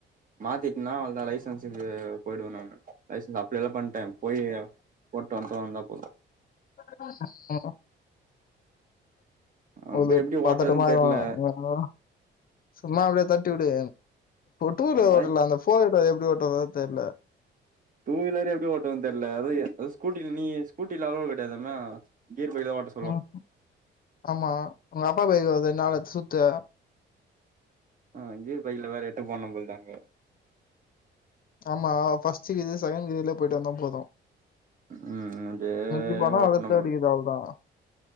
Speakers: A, on the right; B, on the left.
A: மாத்திட்னா அவ்ளதா லைசன்ஸுக்கு போயிடுவ நானு லைசன்ஸ் அப்ளேலா பண்ட்டே போய் போட்டு வந்தா வந்தா போது
B: ஹ
A: அங்க
B: ஒது
A: போய் எப்டி
B: பத்தட்டமா
A: ஓட்டுறதுன்னு தெர்ல
B: <unintelligible> சும்மா அப்டியே தட்டிவுடு டூவிலரு
A: பை
B: ஓட்டிலா அந்த ஃபோர் எப்டி ஓட்டறத தெர்ல
A: டூ வீலரே எப்டி ஓட்டுவன் தெர்ல அது ஸ்கூட்டில நீ ஸ்கூட்டில அலோவ் கிடையாதுல கீர் பைக்ல ஓட்டு
B: ம் ஆமா உங்க அப்பா பைக்கு ஒர் ரெண் நாள் வச்சு சுத்து
A: ஆ இதே பைக்ல வேற எட்டு போட்னம் போல்து அங்க
B: ஆமா ஃபஸ்டு கிய்து செகண்ட் கிய்ர்லே போயிட்டு வந்த போது
A: ம் அப்டியே
B: ப்பானா
A: ஓட்னு
B: அத தேடிக்குது
A: போல்
B: அவள்தா